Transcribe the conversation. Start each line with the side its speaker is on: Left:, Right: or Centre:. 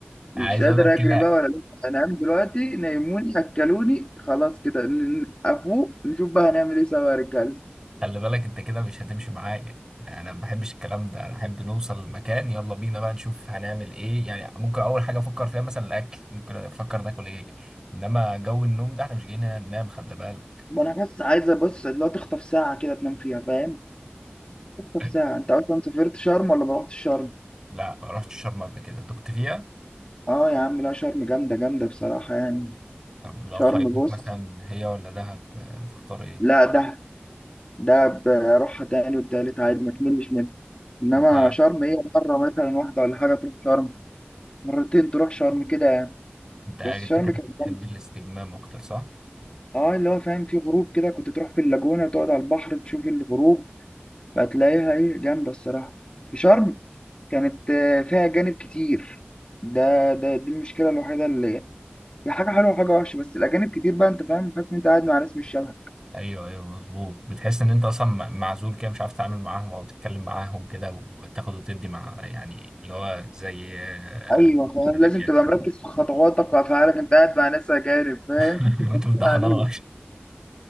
Left: مش
Right: عايز
Left: قادر
Right: اقول لك كده
Left: اجري بقى ولا لأ. انام دلوقتي نيموني اكلوني خلاص كده ن- ن- افوق نشوف بقى هنعمل ايه سوا يا رجاله
Right: خلي بالك انت كده مش هتمشي معايا يعني انا ما بحبش الكلام ده انا احب نوصل المكان يلا بينا بقى نشوف هنعمل ايه يعني ممكن اول حاجه افكر فيها مثلا الاكل ممكن افكر ناكل ايه انما جو النوم ده احنا مش جايين هنا ننام خلي بالك
Left: ما انا بس عايزه بص اللي هو تخطف ساعه كده تنام فيها فاهم تخطف
Right: <laughs>
Left: ساعه انت اصلا سافرت شرم ولا ما رحتش شرم
Right: لا ما رحتش شرم قبل كده انت كنت فيها
Left: اه يا عم لا شرم جامده جامده بصراحه يعني
Right: طب لو
Left: شرم
Right: خيروك
Left: بص
Right: مثلا هي ولا دهب آه، تختار ايه
Left: لا ده ده بروحها تاني والتالت عادي ما تملش منها انما
Right: انت
Left: شرم هي مره مثلا واحده ولا حاجه تروح شرم مرتين تروح شرم كده يعني
Right: انت انت
Left: بس شرم
Right: كده
Left: كانت
Right: بتحب
Left: جامده
Right: الاستجمام اكتر صح
Left: اه اللي هو فاهم في غروب كده كنت تروح في اللاجونه تقعد على البحر تشوف الغروب هتلاقيها ايه جامده الصراحه في شرم كانت آه، فيها اجانب كتير ده ده دي المشكله الوحيده اللي هي حاجه حلوه وحاجه وحشه بس الاجانب كتير بقى انت فاهم حاسس ان انت قاعد مع ناس مش شبهك
Right: ايوه ايوه مظبوط بتحس ان انت اصلا م- معزول كده مش عارف تتعامل معاهم او تتكلم معاهم كده وتاخد وتدي مع يعني اللي هو زي آه،
Left: ايوه فاهم
Right: الرجاله
Left: لازم تبقى مركز في خطواتك وافعالك انت قاعد مع ناس اجانب فاهم
Right: <laughs>
Left: <laughs> مركزين
Right: انتوا بتضحنوا
Left: عليه